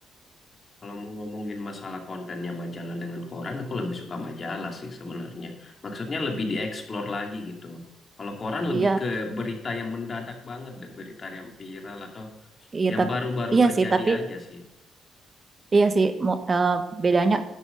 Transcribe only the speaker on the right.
Iya,
iya
tapi
iya
sih tapi
Iya sih, mo- eh, bedanya.